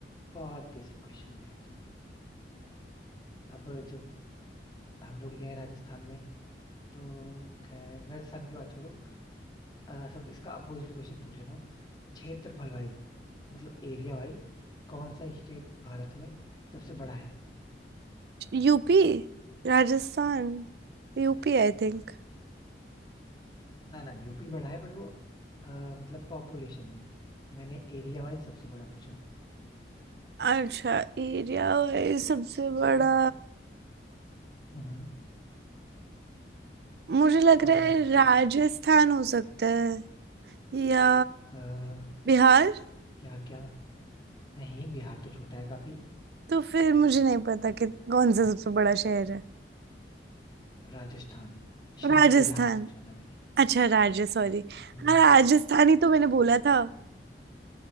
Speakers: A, on the left; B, on the right.
A: बहुत बेसिक क्वेश्चन हो गया ये तो अब जब हम लोग गए राजस्थान में तो खैर राजस्थान की बात छोड़ो अ, सब इसका अपोजिट क्वेश्चन पूछ लेता हूँ क्षेत्रफल वाइज मतलब एरिया वाइज कौन सा स्टेट भारत में सबसे बड़ा है
B: यूपी राजस्थान UP I think
A: ना ना यूपी बड़ा है बट वो अ, मतलब पॉपुलेशन में मैंने एरिया वाइज सबसे बड़ा पूछा
B: अच्छा एरिया वाइज सबसे
A: सोचो
B: बड़ा
A: हम्म
B: मुझे लग
A: कौन
B: रहा
A: सा
B: है
A: है बताओ
B: राजस्थान हो सकता है या
A: आ,
B: बिहार
A: क्या क्या नहीं बिहार तो छोटा है काफी
B: तो फिर मुझे नहीं पता कि कौन सा सबसे बड़ा शहर है
A: राजस्थान शहर
B: राजस्थान
A: नहीं राज्य पूछा था मैंने
B: अच्छा राज्य सॉरी
A: हम्म
B: हाँ राजस्थान ही तो मैंने बोला था